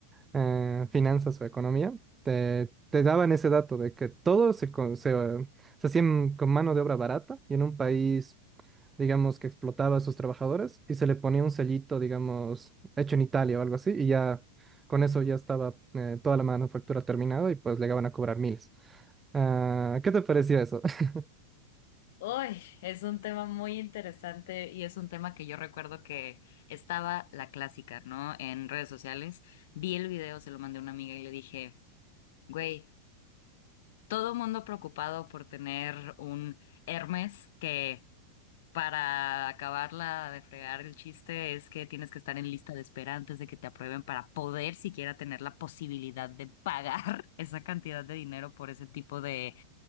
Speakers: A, on the right (about 15°); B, on the left (about 55°).
A: eh, finanzas o economía, te, te daban ese dato de que todo se, con- se, eh, se hacía en- con mano de obra barata y en un país, digamos, que explotaba a sus trabajadores y se le ponía un sellito, digamos, hecho en Italia o algo así, y ya con eso ya estaba eh, toda la manufactura terminada y pues llegaban a cobrar miles. Ah, ¿qué te pareció eso? <laughs>
B: Uy, es un tema muy interesante y es un tema que yo recuerdo que estaba la clásica, ¿no? En redes sociales. Vi el video, se lo mandé a una amiga y le dije, güey, todo mundo preocupado por tener un Hermes que Para acabarla de fregar, el chiste es que tienes que estar en lista de espera antes de que te aprueben para poder siquiera tener la posibilidad de pagar <laughs> esa cantidad de dinero por ese tipo de